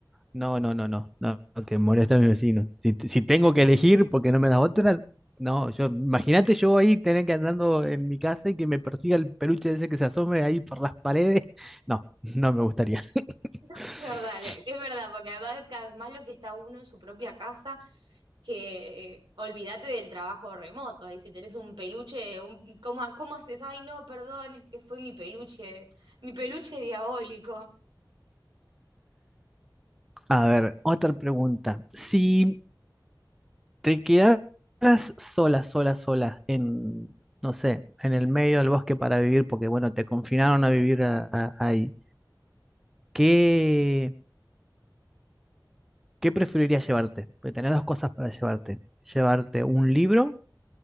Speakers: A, in the centre; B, on the right (about 80°).
A: No, no, no, no, no, no, que molesta a mis vecinos. Si, t- si tengo que elegir porque no me das otra, no, yo, imagínate yo ahí tener que andando en mi casa y que me persiga el peluche ese que se asome ahí por las paredes. <laughs> No, no me gustaría. <laughs>
B: <laughs> Es verdad, le- es verdad, porque además cada vez más lo que está uno en su propia casa, que eh, olvídate del trabajo remoto, ahí si tenés un peluche, un, ¿cómo, ha- cómo haces? Ay, no, perdón, es que fue mi peluche, mi peluche diabólico.
A: A ver, otra pregunta. Si te quedaras sola, sola, sola en, no sé, en el medio del bosque para vivir, porque bueno, te confinaron a vivir a- a- ahí, ¿qué, ¿Qué preferirías llevarte? Porque tenés dos cosas para llevarte. ¿Llevarte un libro